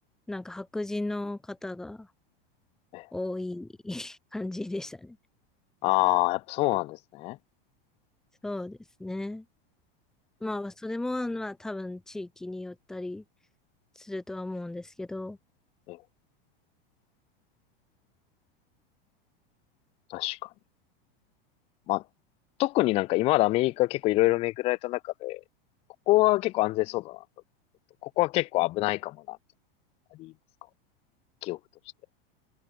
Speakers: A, in the centre; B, on the left (about 20°).
A: なんか白人の方が
B: え、
A: 多い <laughs> 感じでしたね。
B: ああ、やっぱそうなんですね。
A: そうですね。まあ、それも、まあ、多分地域によったりするとは思うんですけど、
B: え、確かに。まあ、特になんか今までアメリカ結構いろいろ巡られた中で、ここは結構安全そうだなと。ここは結構危ないかもな、ってありますか記憶として。